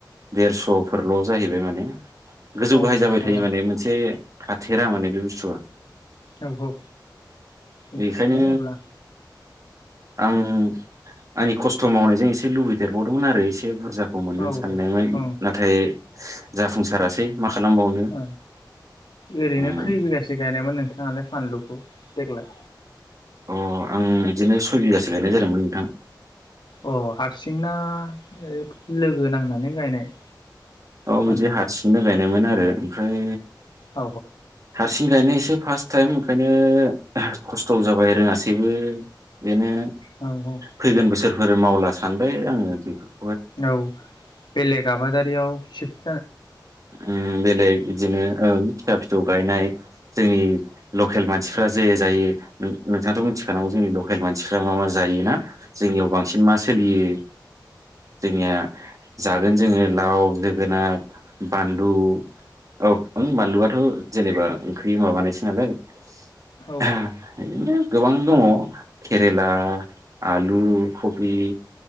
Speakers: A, on the right; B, on the left.
A: देरस'फोरल' जाहैबाय माने गोजौ
B: औ
A: गाहाय जाबाय
B: औ
A: थायो माने मोनसे थाथेरा माने बे बुस्थुआ।
B: औ औ मिथिया
A: बेखायनो
B: अब्ला
A: आं आंनि खस्थ' मावनायजों एसे लुबैदेरबावदोंमोन आरो एसे एसे बुरजाखौ मोनगोन
B: औ
A: साननायमोन
B: औ
A: नाथाय जाफुंसारासै। मा खालामबावनो।
B: औ ओरैनो
A: उम
B: खै बिगासो गायनायमोन नोंथाङालाय फानलुखौ देग्लाय?
A: अ आं बिदिनो सय बिगासो गायनाय जादोंमोन नोंथां।
B: अ हारसिंना ओ लोगो नांनानै गायनाय?
A: औ
B: फानलु
A: बिदि हारसिंनो गायनायमोन आरो ओमफ्राय
B: औ
A: हारसिं गायनायसो फार्स्ट टाइम। ओंखायनो खस्थ जाबाय रोङासै। बेबो बेनो।
B: औ
A: फैगोन बोसोरफोर मावला। सानबाय आङो बेखौ।
B: औ बेलेग आबादारियाव सिफ
A: ओम बेलेग बिदिनो ओं फिसा- फिसौ। गायनाय जोंनि लकेल मानसिफ्रा जे जायो। नोंथाङाथ मिथिखानांगौ जोंनि लकेल मानसिफ्रा मा मा जायो ना जोंनियाव बांसिन मा सोलियो। जोंनिया जागोन जोङो लाव जोगोनार। <inaudible> बानलु औ बानलुआथ जेनेबा ओंख्रि बि मााबानायसो नालाय।
B: औ
A: <unintelligible> गोबां दङ केरेला आलु खबि